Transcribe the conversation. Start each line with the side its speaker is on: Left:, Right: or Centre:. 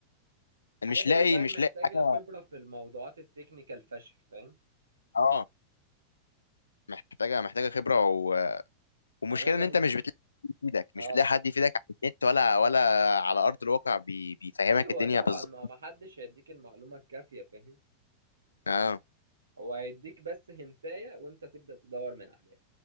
Right: الحاجات
Left: مش لاقي
Right: الاونلاين
Left: مش
Right: محتاجه
Left: لاقي حاجة
Right: خبره في الموضوعات التكنيكال فشخ فاهم
Left: اه محتاجة محتاجة خبرة و... ومشكلة
Right: يعني مثلا
Left: إن أنت مش بتلاقي حد يفيدك مش
Right: اه
Left: بتلاقي حد يفيدك على النت ولا ولا على أرض الواقع بي... بيفهمك
Right: ايوه
Left: الدنيا
Right: طبعا
Left: بالظبط
Right: ما ما حدش هيديك المعلومه الكافيه فاهم
Left: اه
Right: هو هيديك بس هنتايه وانت تبدا تدور من عليها